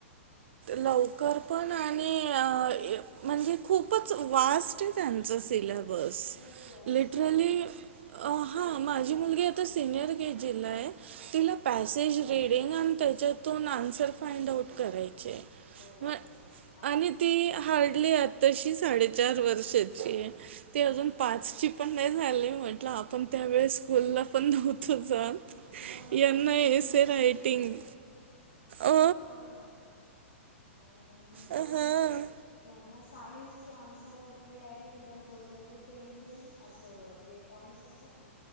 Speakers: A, on the right; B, on the left.
A: लवकर पण आणि म्हणजे खूपच वास्ट आहे त्यांचं सिलेबस
B: खूप जास्त
A: लिटरली हां माझी मुलगी आता सिनियर के जीला आहे तिला पॅसेज रीडिंग आणि त्याच्या दोन आन्सर फाइंड आउट करायचे
B: हो
A: म
B: हो आप
A: आणि ती हार्डली तशी साडेचार वर्षाची ते अजून
B: अरे
A: पाचची
B: बापरे
A: पण नाही झाले म्हटलं आपण त्यावेेळे स्कूलला पण नव्हतो जाात
B: इतक्या लवकर
A: यांना
B: ते
A: एस
B: यांच्या
A: ए रायटिंग अ
B: हो नाही नाही हिचही
A: हां
B: तसच आहे यां्यांना सायन्सचे आन्सर वगैरे डायरेक्ट लर्न करून म्हणजे टेन टेन असं जे पॉईंट्स असत असतात ना